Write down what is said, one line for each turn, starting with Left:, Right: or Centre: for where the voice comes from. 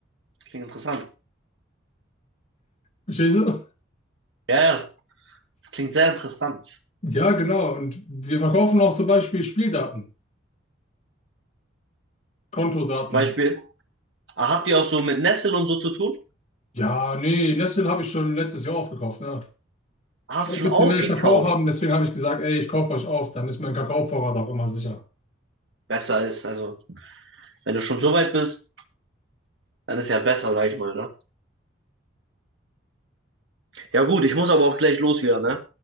Right: Klingt interessant.
Left: Verstehst du?
Right: Ja, ja, das klingt sehr interessant.
Left: Ja, genau. Und wir verkaufen auch zum Beispiel Spieldaten, Kontodaten.
Right: Zum Beispiel, ah, habt ihr auch so mit Nestle und so zu tun?
Left: Ja, nee, Nestle habe ich schon letztes Jahr aufgekauft, ne?
Right: Ah,
Left: Ich
Right: Hast
Left: will ein
Right: schon
Left: bisschen
Right: aufgekauft?
Left: mehr Kakao haben, deswegen habe ich gesagt, ey, ich kaufe euch auf, dann ist mein Kakaovorrat auch immer sicher.
Right: Besser ist, also, wenn du schon so weit bist, dann ist ja besser, sag ich mal, ne? Ja gut, ich muss aber auch gleich los wieder, ne?